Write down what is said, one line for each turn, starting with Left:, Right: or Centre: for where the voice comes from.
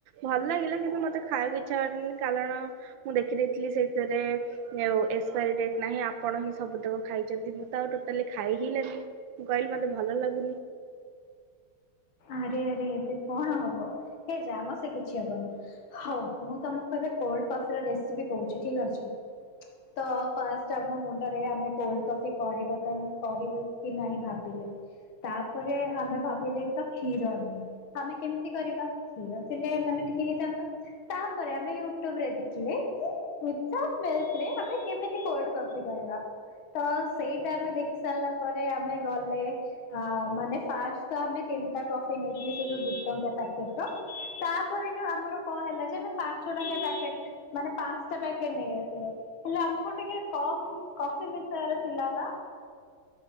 Right: ଭଲ ଲାଗିଲା କିନ୍ତୁ ମତେ ଖାଇବାକୁ ଇଚ୍ଛା ହେଲାନି କାରଣ। ମୁଁ ଦେଖିଦେଇଥିଲି ସେଇଥିରେ ଆଉ ଏକ୍ସପାରୀ ଡେଟ ନାହିଁ ଆପଣ ହିଁ ସବୁତକ ଖାଇ ଛନ୍ତି ମୁଁ ତ ଆଉ ଟୋଟାଲି ଖାଇ ହିଁ ଲିନି ମୁଁ କହିଲି ମତେ ଭଲ ଲାଗୁନି।
Left: ଆରେ ଆରେ ଏବେ କଣ ହବ ହେ ଯା ମ ସେ କିଛି ହବନି। ହଉ ମୁଁ ତମକୁ ଏବେ କୋଲଡ କଫି ର ରେସିପି କହୁଛି ଠିକ ଅଛି, ତ। ଫାଷ୍ଟ ଆମ ମୁଣ୍ଡରେ ଆମେ କୋଲଡ କଫି କରିବା କର କରିବୁ କି ନାହିଁ ଭାବିଲେ। ତାପରେ ଆମେ ଭାବିଲେ ତ କ୍ଷୀର ନାହିଁ ଆମେ କେମିତି କରିବା କ୍ଷୀର ଥିଲେ ମାନେ ଟିକେ ହେଇଥାନ୍ତା ତାପରେ ଆମେ ୟୁଟ୍ୟୁବ ରେ ଦେଖିଲେ <unintelligible> ମେସେ ରେ ଆମେ କେମିତି କଣ କପି କହିବା ତ ସେଇଟା ଆମେ ଦେଖି ସାରିଲା ପରେ ଆମେ ଗଲେ। ଆ ମାନେ ଫାଷ୍ଟ ତ ଆମେ ତିନିଟା କଫି ନେଇଥିଲେ ସେ ଯଉ ଦିଟଙ୍କା ପ୍ୟାକେଟ ତ? ତାପରେ ଯଉ ଆମର କଣ ହେଲା ଯେ ଆମେ ପାଞ୍ଚ ଟଙ୍କିଆ ପ୍ୟାକେଟ ମାନେ ପାଞ୍ଚଟା ପ୍ୟାକେଟ ନେଇ ଆସିଲେ। ହେଲେ ଆମକୁ ଟିକେ କମ୍ କଫି ମିଷୟାର ଥିଲା ନା।